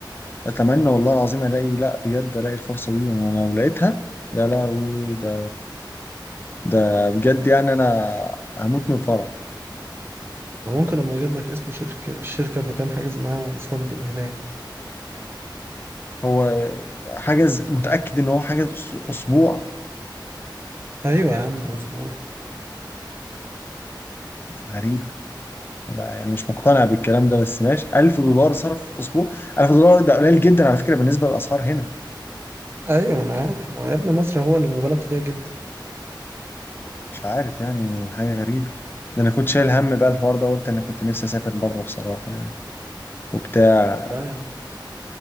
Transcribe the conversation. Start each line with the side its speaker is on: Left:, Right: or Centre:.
Left: اتمنى والله العظيم الاقي لا بجد الاقي الفرصه دي يعني انا لو لقيتها يا لهوي ده ده بجد يعني انا هموت من الفرح
Right: ممكن ابقى اجيب لك اسم شركه الشركه اللي كان حاجز معاها فندق هناك
Left: هو حاجز متاكد ان هو حاجز أس- اسبوع
Right: ايوه يا عم اسبوع
Left: غريبه لا يعني مش مقتنع بالكلام ده بس ماشي 1000 دولار صرف في اسبوع 1000 دولار ده قليل جدا على فكره بالنسبه للاسعار هنا
Right: ايوه انا عارف ما يا ابني مصر هو اللي مبالغ فيها جدا
Left: مش عارف يعني حاجة غريبة ده أنا كنت شايل هم بقى الحوار ده قلت أنا كنت نفسي أسافر بره بصراحة يعني وبتاع
Right: لا يا عم